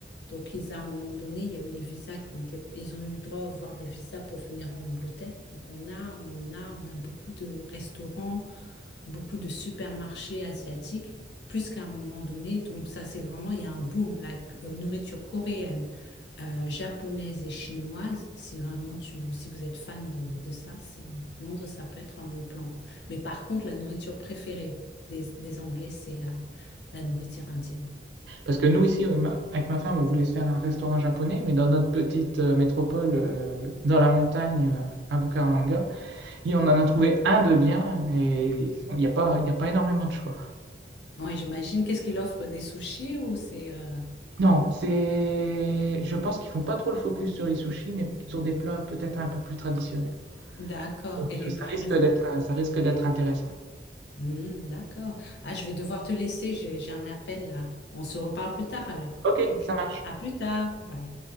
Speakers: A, on the left (about 75°); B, on the right (about 75°).
A: Donc, ils, à un moment donné, il y a eu les visas qui ont été, ils ont eu le droit à avoir des visas pour venir en Angleterre. Donc, on a, on a, on a beaucoup de restaurants, beaucoup de supermarchés asiatiques, plus qu'à un moment donné. Donc, ça, c'est vraiment, il y a un boom, la cu- euh, nourriture coréenne euh, japonaise et chinoise, si vraiment tu, si vous êtes fan de, de ça, c'est Londres, ça peut être un bon plan, quoi. Mais par contre, la nourriture préférée des, des Anglais, c'est la, la nourriture indienne.
B: Parce que nous, ici, euh, ma- avec ma femme, on voulait se faire un restaurant japonais, mais dans notre petite euh, métropole, euh, dans la montagne, euh, à Bucaramanga, et on en a trouvé un de bien, mais il n'y a pas, il n'y a pas énormément de choix.
A: Oui, j'imagine. Qu'est-ce qu'il offre? Des sushis ou c'est... euh,
B: Non, c'est, je pense qu'ils font pas trop le focus sur les sushis, mais sur des plats peut-être un peu plus traditionnels.
A: D'accord.
B: Donc,
A: Et les
B: euh, ça
A: prix
B: risque
A: restent
B: d'être,
A: quoi?
B: euh, ça risque d'être intéressant.
A: Hmm, d'accord. Ah, je vais devoir te laisser. J'ai, j'ai un appel là. On se reparle plus tard alors.
B: Ok,
A: OK.
B: ça marche.
A: À plus tard. Bye.